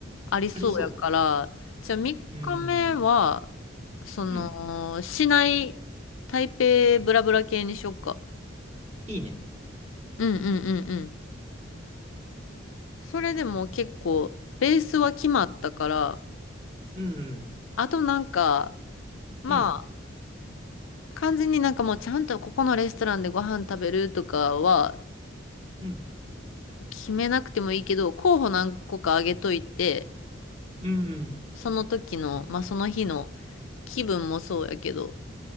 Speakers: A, on the left (about 85°); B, on the right (about 35°).
A: ありそうやから、
B: ありそ
A: じゃあ3日目は、
B: う。うーん。
A: その、
B: うん。
A: 市内、台北ブラブラ系にしよっか。
B: いいね。
A: うんうんうんうん。それでも結構、ベースは決まったから、
B: うんうん。
A: あとなんか、まあ、
B: うん、
A: 完全になんかもうちゃんとここのレストランでご飯食べるとかは
B: うん、
A: 決めなくてもいいけど、候補何個かあげといて、
B: うん、
A: その時の、まあその日の気分もそうやけど、